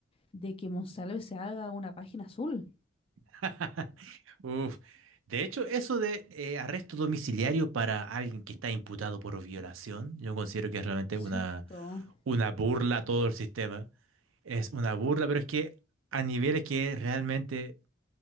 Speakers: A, on the left (about 30°); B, on the right (about 85°).
A: de que Monsalve se haga una página azul.
B: <laughs> Uf. De hecho, eso de eh, arresto domiciliario para alguien que está imputado por violación, yo considero que es realmente
A: Cierto.
B: una, una burla a todo el sistema. Es una burla, pero es que a niveles que realmente